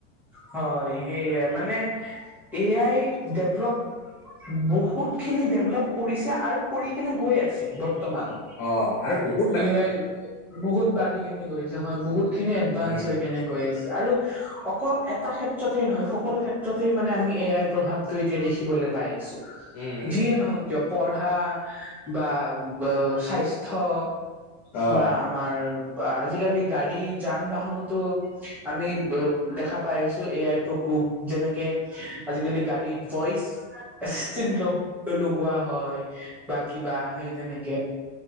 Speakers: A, in the centre; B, on the left.
A: হয়, সেইয়াই মানে এ আই ডেভলপ বহুত খিনি ডেভলপ কৰিছে আৰু কৰি কেনে গৈ আছে বৰ্তমানো।
B: অঁ আৰু বহু
A: এ আই বহুত বাঢ়ি কেনে গৈ আছে হয়, বহুত খিনি এডভান্স
B: উম,
A: হৈ কেনে গৈ আছে, আৰু অকল এটা ক্ষেত্ৰতেই নহয় সকলো ক্ষেত্ৰতেই মানে আমি এ আই প্ৰভাৱটো এতিয়া দেখিবলৈ পাই আছোঁ।
B: উম, উম।
A: যিয়ে নহওক কিয় পঢ়া বা ব স্বাস্থ্য
B: অ'
A: বা আমাৰ আজিকালি গাড়ী যান বাহনতো আমি দেখা পাই আছোঁ এ আই প্ৰকোপ, যেনেকে আজিকালি গাড়ীত ভইচ এস্টিমগ্লকটো লগোৱা হয় বা কিবা সেই তেনেকে